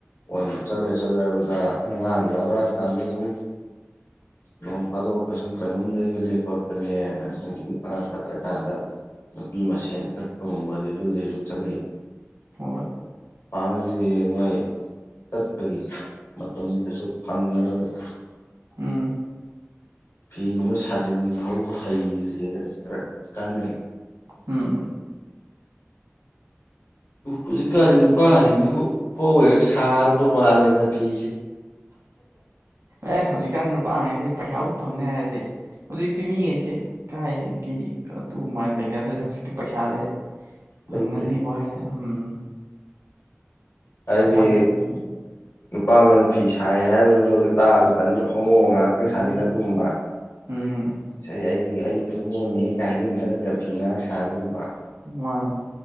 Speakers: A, on the left (about 70°); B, on the right (about 75°).
A: ꯑꯣꯏꯅ ꯆꯠꯂꯦ ꯆꯠꯂꯔꯕꯗ ꯑꯉꯥꯡ ꯌꯥꯎꯔꯛꯑꯀꯥꯟꯗ ꯁꯨꯝ ꯂꯣꯡ ꯐꯥꯗ ꯀꯁꯨꯨꯝ ꯀ ꯂꯩꯕ ꯅꯦ ꯍꯥꯏꯅ ꯁꯨꯝ ꯐꯉꯥ ꯐꯠꯇ꯭ꯔꯀꯥꯟꯗ ꯅꯨꯄꯤ ꯃꯁꯦꯟ ꯆꯠꯄꯒꯨꯝꯕꯗꯤ ꯑꯗꯨꯗꯤ ꯑꯗꯨꯝ ꯆꯠꯅꯩ
B: ꯑꯠ
A: ꯋꯥꯉꯗꯤ ꯃꯣꯏ ꯆꯠꯄꯒꯤ ꯃꯇꯝꯗꯨꯗꯁꯨ ꯐꯪꯉꯔꯣꯏꯕ
B: ꯎ
A: ꯐꯤꯒꯨꯝꯕ ꯁꯥꯖꯤꯟ ꯍꯥꯎꯧꯕ ꯍꯩꯁꯦ ꯈꯔ ꯀꯥꯟꯅꯔ
B: ꯎꯝ
A: ꯍꯧꯖꯤꯛꯀꯥꯟꯗꯤ ꯅꯨꯄꯥꯁꯤꯡꯁꯤ ꯐꯣꯛ ꯍꯦꯛ ꯁꯥꯔꯕ ꯃꯥꯜꯂꯦꯗꯅ ꯐꯤꯁꯦ
B: ꯑꯦ ꯍꯧꯖꯤꯛꯀꯥꯟ ꯅꯨꯄꯥꯈꯩꯗꯤ ꯄꯩꯁꯥꯕꯨ ꯐꯪꯅꯤ ꯍꯥꯏꯔꯗꯤ ꯍꯧꯖꯤꯛꯇꯤ ꯃꯤꯉꯩꯁꯦ ꯏꯀꯥꯏꯒꯤ ꯑꯗꯨꯃꯥꯏꯅ ꯂꯩꯅꯗ꯭ꯔꯦꯗ ꯍꯧꯖꯤꯛꯇꯤ ꯄꯩꯁꯥꯁꯦ ꯐꯪꯅꯅꯦ
A: ꯂꯩꯇ꯭ꯔꯦ
B: ꯍꯥꯏꯗ ꯎꯝ
A: ꯍꯥꯏꯗꯤ
B: ꯄꯩꯁꯥ ꯐꯪꯅꯤ
A: ꯅꯨꯄꯥ ꯑꯃꯅ ꯐꯤ ꯁꯥꯏ ꯍꯥꯏꯕꯗꯣ ꯃꯣꯏꯗ ꯇꯥꯕ ꯇꯟꯗ꯭ꯔ ꯍ ꯃꯑꯣꯡ ꯉꯥꯏꯍꯥꯛꯇꯪ ꯁꯥꯖꯤꯟꯅꯕꯒꯨꯝꯕ
B: ꯎꯝ ꯎꯝ
A: ꯉ ꯑꯩꯒꯤ ꯑꯩ ꯍꯣꯃꯣꯟꯅꯤ ꯍꯦꯛꯒ ꯍꯥꯏꯖꯤꯟꯅꯔꯒ ꯐꯤ ꯉꯥ ꯁꯥꯕꯒꯨꯝꯕ
B: ꯃꯥꯅ